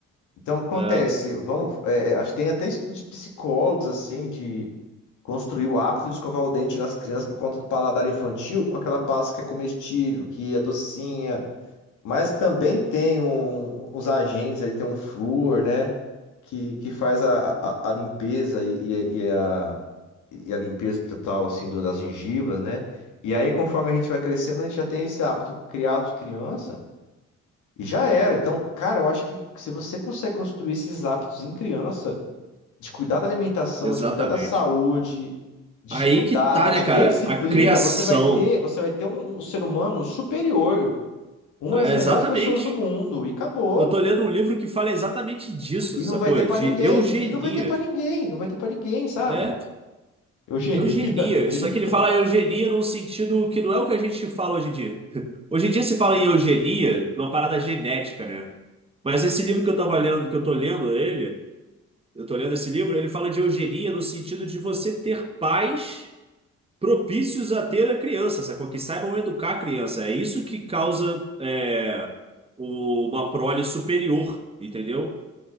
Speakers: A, on the left; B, on the right.
A: Então, o que acontece?
B: é,
A: Vamos, é, é, acho que tem até estudos de psicólogos, assim, de construir o hábito de escovar o dente nas crianças por conta do paladar infantil, com aquela pasta que é comestível, que é docinha, mas que também tem um, uns agentes, ali tem um flúor, né? Que, que faz a, a, a limpeza e, e, e a e a limpeza total assim do- das gengivas, né? E aí, conforme a gente vai crescendo, a gente já tem esse hábito criado de criança e já era. Então, cara, eu acho que se você consegue construir esses hábitos em criança, de cuidar da alimentação,
B: exatamente.
A: de cuidar da saúde, de
B: Aí
A: estudar,
B: que tá,
A: de
B: né, cara?
A: ter disciplina,
B: A criação.
A: você vai ter, você vai ter um, um ser humano superior, uma
B: Ah,
A: das melhores
B: exatamente.
A: pessoas do mundo e acabou.
B: Eu tô lendo um livro que fala exatamente disso,
A: E
B: sacou?
A: não vai ter pra
B: De
A: ninguém,
B: eugenia.
A: e não vai ter pra ninguém, não vai ter pra ninguém, sabe?
B: É,
A: Eugenia,
B: eugenia.
A: <laughs> eita,
B: Só que ele fala eugenia num sentido que não é o que a gente fala hoje em dia. <laughs> Hoje em dia se fala em eugenia numa parada genética, né? Mas esse livro que eu tava lendo, que eu tô lendo ele. eu estou lendo esse livro, ele fala de eugenia no sentido de você ter pais propícios a ter a criança, sacou? Que saibam educar a criança. É isso que causa é, o- uma prole superior, entendeu?